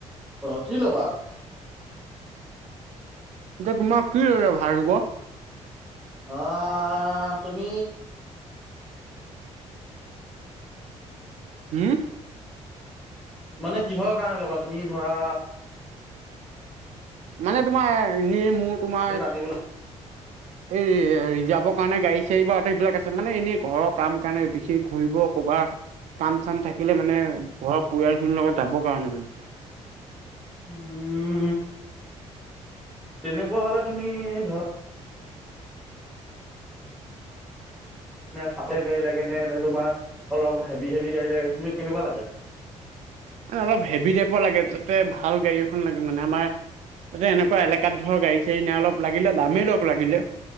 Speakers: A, in the centre; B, on the right.
A: অ কি ল'বা
B: এতিয়া তোমাৰ কিদৰে ভাৰ হব
A: আহ তুমি
B: হম
A: মানে কিহৰ কাৰণে ল'বা তুমি ধৰা
B: মানে তোমাৰনে মোৰ তোমাৰ
A: চালিিতানীিবল
B: এই ৰিজাৰ্ভৰ কাৰণে গাড়ী চাড়ী বা সবিলাক আছে মানে এনেই ঘৰৰ কাম কাৰণে বিশেষ ঘূৰিব ক'ৰবাত কাম চান থাকিলে মানে ঘৰৰ পৰিয়াল খিনিৰ লগত যাবৰ কাৰণে মানে
A: উম তেনেকুৱা হ'লে তুমি ধৰ চফ গাড়ী লাগে নে ন তোমাৰ অলপ হেভি হেভি গাড়ী লাগে তুমি কেনেকুৱা লাগে
B: অলপ হেভি টাইপৰ লাগে তাতে ভাল গাড়ী এখন লাগে মানে আমাৰ তাতে এনেকুৱা এলেকাত ধৰক গাড়ী চাড়ী নে অলপ লাগিলে দামেই অলপ লাগিলে